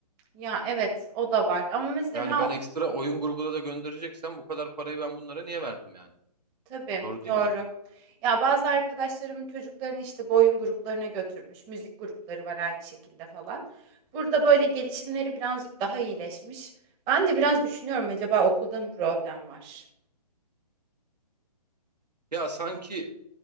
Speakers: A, on the right; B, on the right.
A: Ya evet, o da var. Ama mesela
B: Yani ben ekstra oyun grubuna da göndereceksem bu kadar parayı ben bunlara niye verdim yani?
A: tabii
B: Doğru değil
A: doğru.
B: mi?
A: Ya bazı arkadaşlarımın çocuklarını işte bu oyun gruplarına götürmüş. Müzik grupları var aynı şekilde falan. Burada böyle gelişimleri birazcık daha iyileşmiş. Ben de biraz düşünüyorum acaba okulda mı problem var?
B: Ya sanki